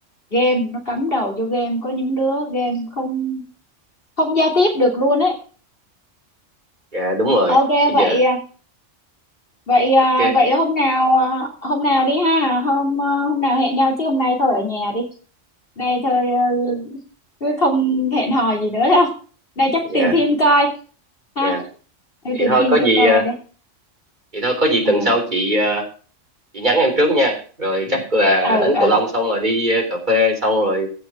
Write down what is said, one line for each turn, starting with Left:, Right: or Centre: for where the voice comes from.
Left: game nó cắm đầu vô game có những đứa game không không giao tiếp được luôn ấy
Right: dạ đúng rồi
Left: ok
Right: bây
Left: vậy
Right: giờ
Left: à, vậy à,
Right: ok
Left: vậy hôm nào à, hôm nào đi ha hôm à, hôm nào hẹn nhau chứ hôm nay thôi ở nhà đi nay thôi ờ, cứ không hẹn hò gì nữa đâu nay chắc
Right: dạ
Left: tìm phim coi ha
Right: dạ
Left: tôi
Right: vậy
Left: tìm
Right: thôi
Left: phim
Right: có gì
Left: tôi coi
Right: ờ,
Left: đây
Right: vậy thôi có gì
Left: à
Right: tuần sau chị ờ, chị nhắn em trước nha rồi chắc là
Left: ừ
Right: đánh
Left: ừ
Right: cầu lông xong rồi đi ờ, cà phê xong rồi